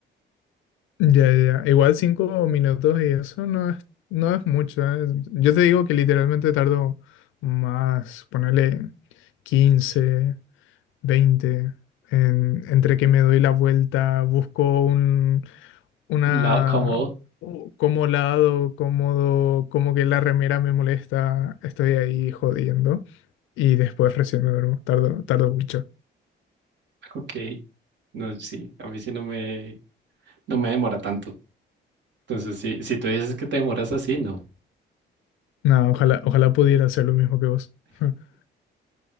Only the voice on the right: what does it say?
La, como,
<laughs> ok, no, sí, a mí sí no me, no me demora tanto. Entonces, si, si tú dices que te demoras así, no.